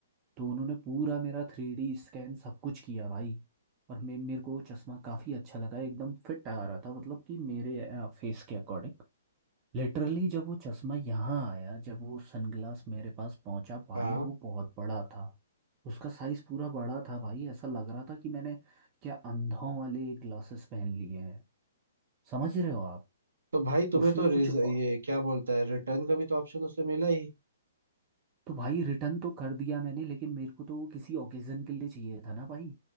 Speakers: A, on the right; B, on the right.
A: तो उन्होंने पूरा मेरा थ्री डी स्कैन सब कुछ किया भाई और मे मेरे को वो चश्मा काफ़ी अच्छा लगा एकदम फिट आ रहा था मतलब कि मेरे फेस के अकॉर्डिंग लिटरली जब वो चश्मा यहाँ आया जब वो सनग्लास मेरे पास पहुंचा भाई
B: हाँ
A: वो बहुत बड़ा था उसका साइज पूरा बड़ा था भाई ऐसा लग रहा था कि मैंने क्या अंधों वाले ग्लासेस पहन लिए हैं समझ रहे हो आप
B: तो भाई तुम्हें
A: उसमें
B: तो
A: कुछ
B: रिज ये
A: औ-
B: क्या बोलता है रिटर्न का भी तो ऑप्शन उसमें मिला ही
A: तो भाई रिटर्न तो कर दिया मैंने लेकिन मेरे को तो वो किसी ओकेजन के लिए चाहिए था ना भाई